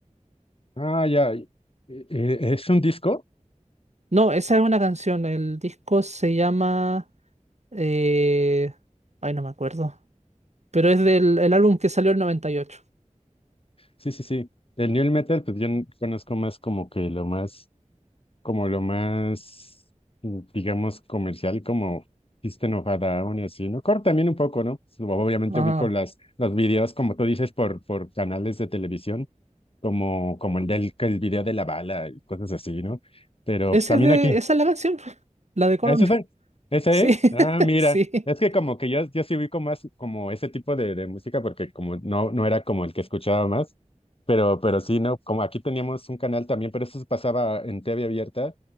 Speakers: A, on the left (about 45°); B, on the right (about 60°).
A: Ah, ya. Eh, eh, ¿Es un disco?
B: No, esa es una canción. El disco se llama. eh, Ay, no me acuerdo. Pero es del el álbum que salió en 98.
A: Sí, sí, sí. El new metal, pues yo n- conozco más como que lo más, como lo más, mm, digamos, comercial, como System of a Down y así, ¿no? Core también un poco, ¿no? Sub- Obviamente
B: Ajá.
A: ubico las, los videos, como tú dices, por, por canales de televisión, como, como el del, que el video de la bala y cosas así, ¿no? Pero
B: Ese
A: pues también
B: es de...
A: aquí,
B: Esa es la canción. <laughs> La de Korn.
A: ¿Ese es? ¿Ese
B: Sí,
A: es? Ah,
B: <laughs>
A: mira,
B: sí.
A: es que como que yo, yo sí vi como, más como ese tipo de, de música porque como no, no era como el que escuchaba más, pero, pero sí, ¿no? Como aquí teníamos un canal también, pero eso se pasaba en TV abierta,